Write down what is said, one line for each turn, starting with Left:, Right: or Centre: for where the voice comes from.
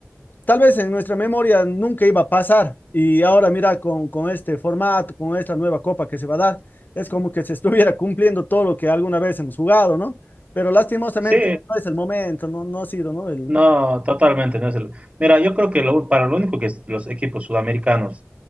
Left: tal vez en nuestra memoria nunca iba a pasar. Y ahora mira, con, con este formato, con esta nueva copa que se va a dar, es como que se <laughs> estuviera cumpliendo todo lo que alguna vez hemos jugado, ¿no? Pero lastimosamente
Right: Sí,
Left: no es el momento, no, no ha sido, ¿no? El...
Right: No, totalmente no es el. Mira, yo creo que lo- para lo único que es- los equipos sudamericanos